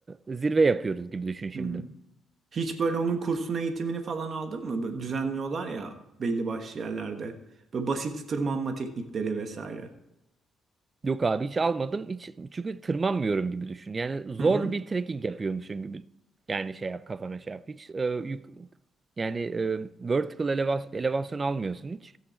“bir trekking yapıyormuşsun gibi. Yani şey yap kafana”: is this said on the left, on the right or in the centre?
Right